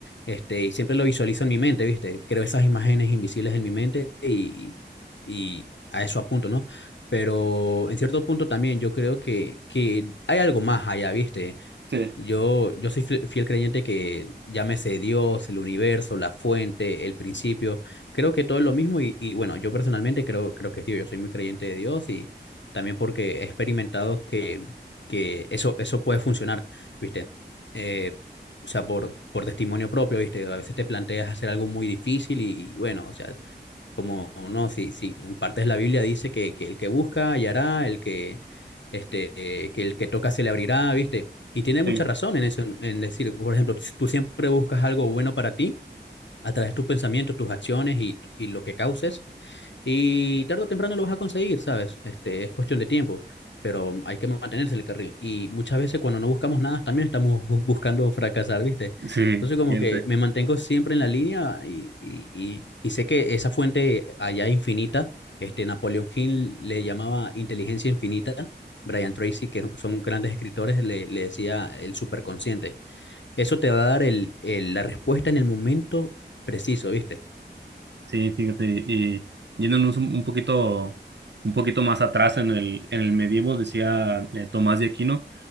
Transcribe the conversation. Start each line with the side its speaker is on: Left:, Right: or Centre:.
Left: Este, y siempre lo visualizo en mi mente, ¿viste? Creo esas imágenes invisibles en mi mente y, y a eso apunto, ¿no? Pero en cierto punto también yo creo que, que hay algo más allá, ¿viste?
Right: Sí.
Left: Yo, yo soy fie- fiel creyente que llámese Dios, el universo, la fuente, el principio, creo que todo es lo mismo y, y bueno, yo personalmente creo, creo que es Dios, yo soy muy creyente de Dios y también porque he experimentado que, que eso, eso puede funcionar, ¿viste? Eh, o sea, por, por testimonio propio, ¿viste? A veces te planteas hacer algo muy difícil y, y bueno, o sea, como, no, sí, sí, en partes la Biblia dice que, que el que busca hallará, el que, este, eh, que el que toca se le abrirá, ¿viste? Y tiene mucha
Right: Sí,
Left: razón en eso, en en decir, por ejemplo, si tú siempre buscas algo bueno para ti, a través de tus pensamientos, tus acciones y, y lo que causes. Y tarde o temprano lo vas a conseguir, ¿sabes? Este, es cuestión de tiempo, pero hay que mantenerse en el carril. Y muchas veces cuando no buscamos nada, también estamos bu- buscando fracasar, ¿viste?
Right: sí,
Left: Entonces como
Right: siempre.
Left: que me mantengo siempre en la línea y, y, y, y sé que esa fuente allá infinita, este, Napoleon Hill le llamaba inteligencia infinita, Brian Tracy, que son grandes escritores, le, le decía el superconsciente. Eso te va a dar el, el- la respuesta en el momento preciso, ¿viste?
Right: Sí, fíjate, y yéndonos un, un poquito, un poquito más atrás en el, en el medievo, decía eh, Tomás de Aquino,